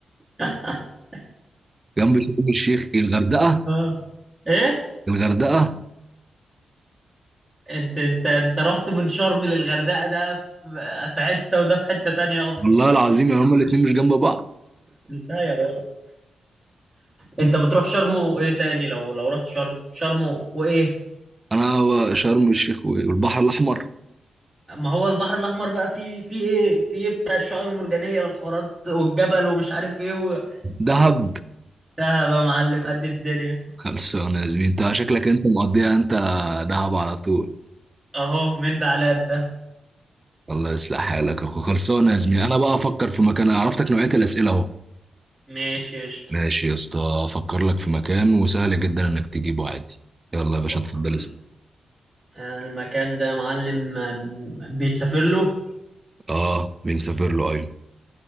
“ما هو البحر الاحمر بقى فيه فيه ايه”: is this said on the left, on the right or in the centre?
Centre